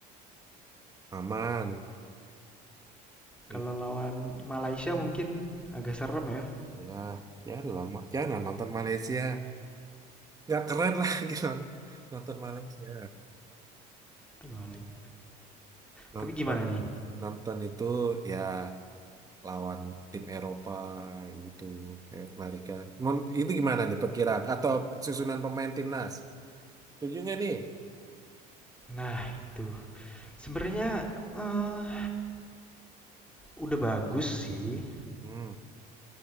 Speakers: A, on the right; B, in the centre.
A: aman. It-
B: kalau lawan Malaysia mungkin agak serem ya.
A: ya, ya lama. Ya nah, nonton Malaysia. Nggak keren lah <laughs> gitu nonton Malaysia.
B: Ntar Malaysia.
A: Nonton
B: Tapi gimana nih?
A: nonton itu ya lawan tim Eropa gitu kayak Marika. Mon- Itu gimana nih perkiraan atau susunan pemain timnas? Setuju nggak nih?
B: Nah itu, sebenarnya eh udah bagus sih,
A: Hmm,